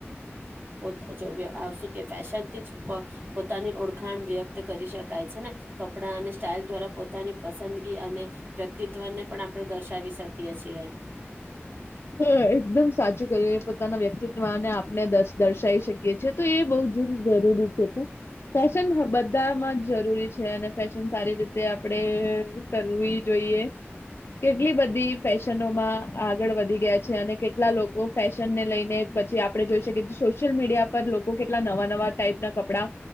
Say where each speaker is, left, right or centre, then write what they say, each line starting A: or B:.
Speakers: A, on the right; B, on the left.
A: <unintelligible> ફેશનથી જ પોતાની ઓળખ. ખાણ વ્યક્ત કરી શકાય છે ને, કપડાં અને સ્ટાઇલ દ્વારા. પોતાની પસંદગી અને વ્યક્તિત્વને પણ આપણે દર્શાવી શકીએ છીએ.
B: હા, એકદમ સાચું કર્યું. પોતાના વ્યક્તિત્વને આપને દર્શાવી શકીએ છીએ, તો એ બહુ જ જરૂરી <unintelligible> ફેશન બધામાં જ જરૂરી છે અને ફેશન સારી રીતે આપણે કરવી જોઈએ. કેટલી બધી ફેશનોમાં આગળ વધી- ગયા છે અને કેટલા લોકો ફેશન ને લઈને પછી આપણે જોઈ શકીએએ સોશિયલ મીડિયા પર લોકો કેટલા નવા-નવા ટાઈપ ના કપડા